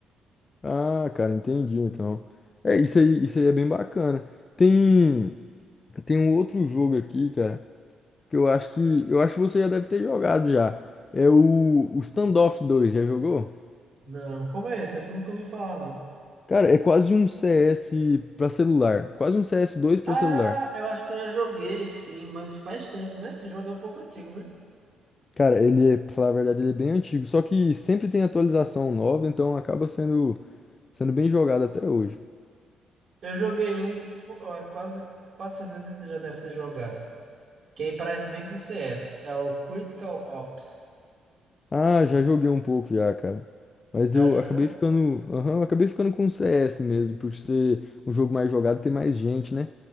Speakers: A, on the left; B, on the right.
A: Ah, cara, entendi, então. É, isso aí, isso aí é bem bacana. Tem, tem um outro jogo aqui, cara, que eu acho que, eu acho que você já deve ter jogado já. É o, o Standoff dois já jogou?
B: Não, como é esse? Esse eu nunca ouvi falar, não.
A: Cara, é quase um CS pra celular. Quase um cs dois pra
B: Ah,
A: celular.
B: eu acho que eu já joguei, sim, mas faz tempo, né? Esse jogo é um pouco antigo, né?
A: Cara, ele é, pra falar a verdade, ele é bem antigo. Só que sempre tem atualização nova, então acaba sendo, sendo bem jogado até hoje.
B: Eu joguei um, ó, quase, quase certeza que você já deve ter jogado. Que aí parece bem com CS. É o Critical Ops.
A: Ah, já joguei um pouco já, cara. Mas
B: Já
A: eu
B: jogou?
A: acabei ficando. Aham, eu acabei ficando com o CS mesmo, por ser um jogo mais jogado, tem mais gente, né?